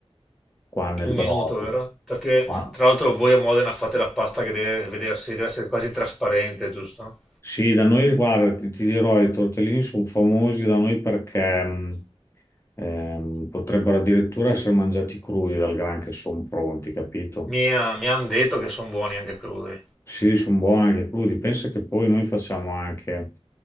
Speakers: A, on the left (about 25°); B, in the centre.
A: qua nel
B: Un
A: brodo.
B: minuto, vero? Perché
A: Ma
B: tra l'altro voi a Modena fate la pasta che deve vedersi, deve essere quasi trasparente, giusto?
A: Sì, da noi, guarda, ti, ti dirò, i tortellini sono famosi da noi perché mh, ehm, potrebbero addirittura essere mangiati crudi dal gran che sono pronti, capito?
B: Mi, ha- mi hanno detto che sono buoni anche crudi.
A: Sì, sono buoni anche crudi. Pensa che poi noi facciamo anche